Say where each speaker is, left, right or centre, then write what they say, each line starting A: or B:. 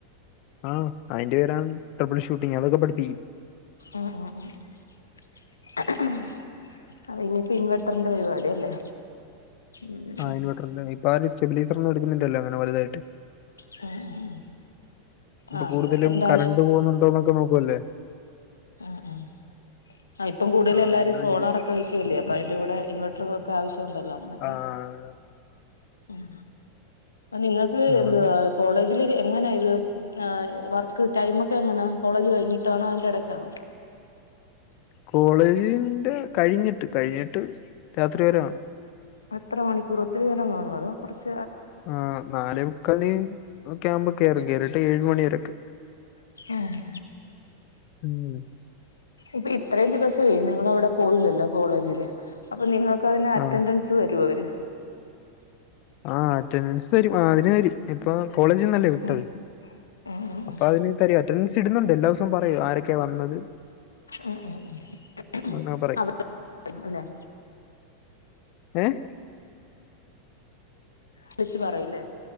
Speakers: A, on the left (about 45°); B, on the left (about 75°).
A: ആഹ് അതിന്റെ പേരാണ് ട്രിപ്പിൾ ഷൂട്ടിംഗ് അതൊക്കെ പഠിപ്പിക്കും
B: ആ ഹ് ആഹ് ആഹ് അപ്പ ഇന്ന്യിപ്പ ഇൻവെട്ടറിന്റെ പരിവാടി അല്ലേ ഉം ഉം
A: ആ ഇൻവെർട്ടറിന്റെ ഇപ്പ ആര് സ്റ്റെബിലൈസർ ഒന്നു എട്ക്ക്ന്ന് ല്ലല്ലോ അങ്ങനെ വലുതായിട്ട്
B: ഉം ഉം ഉം
A: ഇപ്പൊ
B: ആ
A: കൂടുതലും
B: ഇൻവെർട്ടറിന്റെ
A: കരന്റ് പോണു ണ്ടോന്നൊക്കെ നോക്കുവല്ലേ?
B: ഏഹ് ഏഹ് ആ ഇപ്പം കൂടലു
A: ആഹ്
B: എല്ലാര്
A: അങ്ങനെ
B: സോളാറൊക്കെ
A: എടുക്കും
B: വെക്കുല്ലേ അപ്പ അയിന്റെ കൂടെ ഇൻവെട്ടറു വെക്കു ക്ക ആവശ്യം ഉണ്ടല്ലോ അങ്ങനൊക്കെ
A: ആഹ്
B: ഉം നിങ്ങൾക്ക് എന്തുവാ
A: ആണ്.
B: കോളേ ഇല്ലെടി എങ്ങനാ ഇത്. ആഹ് വർക്ക് ടൈം ഒക്കെ എങ്ങനെ? കോളജ് കഴിഞ്ഞിട്ടാണോ അയിന്റെട <unintelligible>
A: കോളേജിന്റെ കഴിഞ്ഞിട്ട് കഴിഞ്ഞിട്ട് രാത്രി വരെ കാണു.
B: എത്ര മണിക്കൂറ്? ഒത്തിരി നേരം കാണു. അതോ കൊറച്ച്
A: ആഹ് നാലെമുക്കാലിന് ഒക്കെ ആവ്മ്പ കേറും കേറീട്ട് ഏഴ് മണിവരെക്കെ.
B: ആഹ്
A: ഉം.
B: ഇപ്പ ഇത്രയും ദിവസം ത്തേ നിങ്ങളവിടെ പോയില്ലല്ലോ കോളേജില്? അപ്പൊ നിങ്ങൾക്ക് അതിന് അറ്റൻഡൻസ്
A: ആഹ്
B: തരോ? അവര്.
A: ആഹ് അറ്റൻഡൻസ് തരും. ആഹ് അതിനരും ഇപ്പൊ കോളേജിന്നല്ലേ വിട്ടത്.
B: ഉം ഉം ഉം
A: അപ്പൊ അതിന് തരു അറ്റൻഡൻസ് ഇട്ന്നുണ്ട്. എല്ലാവസ ഇപ്പം പറയു ആരൊക്കെ വന്നത്.
B: ഉം ഉം ഉം
A: അങ്ങനെ പറയും.
B: അവിടെ ഇണ്ട്ല്ലെ
A: ഏഹ്
B: വിളിച്ചു പറയില്ലേ?